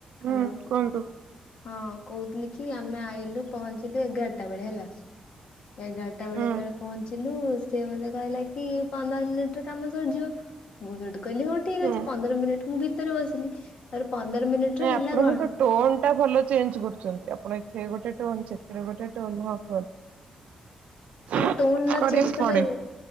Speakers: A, on the left; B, on the right.
A: ହ୍ୟାଲୋ
B: ହୁଁ କୁହନ୍ତୁ।
A: ହଁ କହୁଥିଲି କି ଆମେ ଆଇଲୁ ପହଞ୍ଚିଲୁ ଏଗାରଟା ବେଳେ ହେଲା। ଏଗାରଟା ବେଳେ
B: ହୁଁ
A: ଯେତେବେଳେ ପହଞ୍ଚିଲୁ ସେ ମୋତେ କହିଲା କି ପନ୍ଦର ମିନିଟରେ କାମ ସରିଯିବ। ମୁଁ ସେଇଠୁ କହିଲି ହଉ ଠିକ
B: ହୁଁ।
A: ଅଛି ପନ୍ଦର ମିନିଟ୍ ମୁଁ ଭିତରେ ବସିଲି ତାପରେ ପନ୍ଦର ମିନିଟ
B: ନାଇଁ
A: ର ହେଲା
B: ଆପଣଙ୍କ
A: କଣ
B: ତ ଟୋନ ଟା ଭଲ ଚେଞ୍ଜ କରୁଛନ୍ତି ଆପଣ ଏଥି ଗୋଟେ ଟୋନ ସେଟ ଗୋଟେ ଟୋନ ହ କୁହ ଅଛି
A: ଆରେ ଟୋନ ନ
B: କରିବାକୁ
A: ଚେଞ୍ଜ କଲେ
B: ପଡେ।